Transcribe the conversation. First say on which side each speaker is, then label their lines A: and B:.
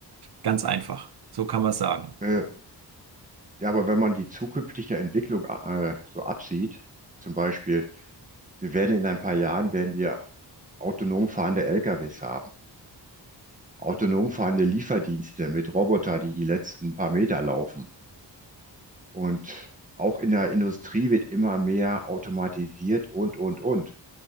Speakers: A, on the right; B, on the right.
A: Ganz einfach. So kann man es sagen.
B: Äh, ja, aber wenn man die zukünftige Entwicklung äh, so absieht, zum Beispiel, wir werden in ein paar Jahren werden wir autonom fahrende LKWs haben, autonom fahrende Lieferdienste mit Roboter, die die letzten paar Meter laufen. Und auch in der Industrie wird immer mehr automatisiert und, und, und.